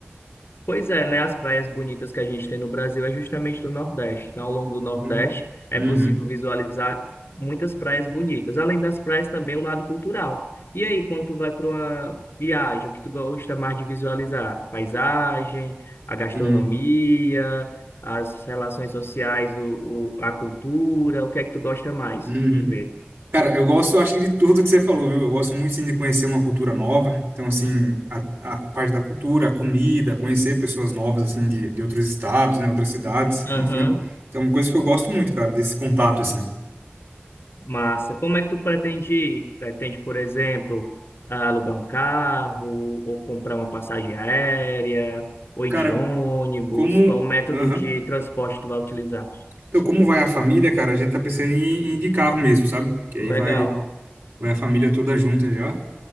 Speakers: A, on the left; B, on the right.
A: Pois é, né? As praias bonitas que a gente tem no Brasil é justamente do Nordeste. Então, ao longo do Nordeste
B: Uhum.
A: é
B: Uhum.
A: possível visualizar muitas praias bonitas. Além das praias, também o lado cultural. E aí, quando tu vai para uma viagem, o que tu gosta mais de visualizar? Paisagem, a gastronomia,
B: Uhum.
A: as relações sociais, o, o- a cultura, o que é que tu gosta mais
B: Uhum.
A: de ver?
B: Cara, eu gosto, acho que de tudo que você falou, viu? Eu gosto muito, sim, de conhecer uma cultura nova. Então, assim, a, a parte da cultura, a comida, conhecer pessoas novas, assim, de, de outros estados, né? Outras cidades,
A: Aham.
B: enfim. Então, é uma coisa que eu gosto muito, cara, desse contato, assim.
A: Massa. Como é que tu pretende ir? Pretende, por exemplo, alugar um carro, ou comprar uma passagem aérea, ou ir
B: Cara,
A: de ônibus?
B: como...
A: Qual método
B: Aham.
A: de transporte tu vai utilizar?
B: Então, como vai a família, cara? A gente tá pensando em, em ir de carro mesmo, sabe? Que
A: Legal.
B: aí vai, vai a família toda junta já.